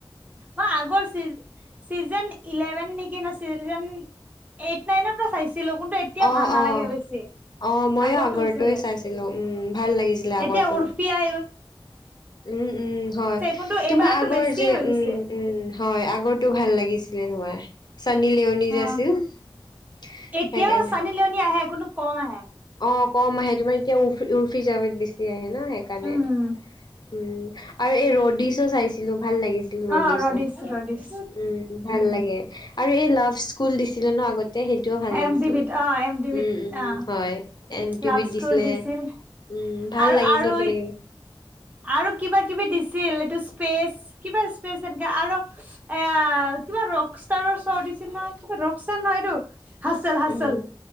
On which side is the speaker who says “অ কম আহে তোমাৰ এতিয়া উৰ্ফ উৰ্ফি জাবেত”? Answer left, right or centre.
Left